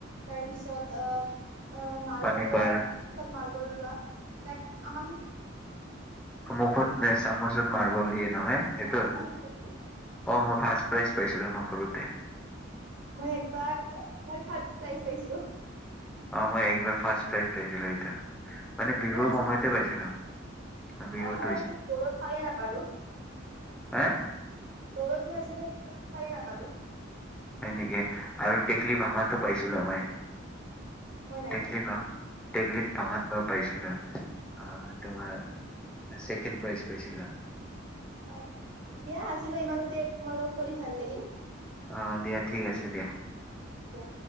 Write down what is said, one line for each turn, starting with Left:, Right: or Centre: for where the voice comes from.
Right: তাৰপিছত অহ মাৰ্বল
Centre: পানী পাৰ
Right: অথাৎ মা বল লোৱা নাই আমাক সি
Centre: অমুখত নে চামুচত মাৰ্বল দিয়ে নহয় এইটোত
Right: শিক
Centre: কম হ ফাৰ্ষ্ট প্ৰাইজ পাইছিলো মই সৰুতে
Right: মই একবাৰ মই থাৰ্ড প্ৰাইছ পাইছিলো
Centre: অ মই একবাৰ ফাৰ্ষ্ট প্ৰাইজ পাইছিলো এতিয়া মানে বিহুৰ
Right: মই আজি
Centre: সময়তে পাইছিলো বিহুত
Right: অ মই আজি দৌৰত পাইয়ে নাপাৰো
Centre: হে
Right: দৌৰত মই আজিলৈকে পাইয়ে নাপালো
Centre: হয় নেকি আৰু টেকলি ভাঙাটো পাইছিলো মই
Right: মই নাই
Centre: টেকলি
Right: পোৱা
Centre: ভা টেকলিত ভাঙাত মই পাইছিলো অ তোমাৰ ছেকেণ্ড প্ৰাইজ পাইছিলা
Right: হয় দিয়া আজিলৈ ইমানতে তোমাৰ লগত কৰি ভাল লাগিল
Centre: অ দিয়া ঠিক আছে দিয়া
Right: দিয়া